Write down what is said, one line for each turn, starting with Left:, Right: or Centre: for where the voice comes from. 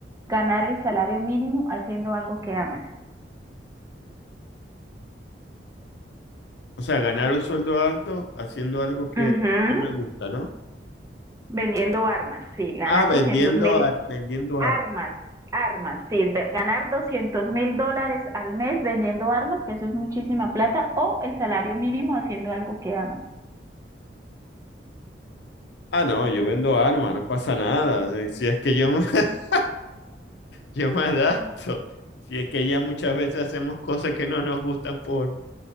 Right: ganar el salario mínimo haciendo algo que amas.
Left: O sea, ganar un sueldo alto haciendo algo que
Right: Ujú.
Left: no me gusta, ¿no?
Right: Vendiendo armas, sí, ganar
Left: Ah, vendiendo,
Right: doscientos mil
Left: ar- vendiendo
Right: armas,
Left: armas.
Right: armas, sí, ve- ganar doscientos mil dólares al mes vendiendo armas, que eso es muchísima plata, o el salario mínimo haciendo algo que amas.
Left: Ah, no, yo vendo armas, no pasa nada. Si si es que yo me, <laughs> yo me adapto. Si es que ya muchas veces hacemos cosas que no nos gustan por,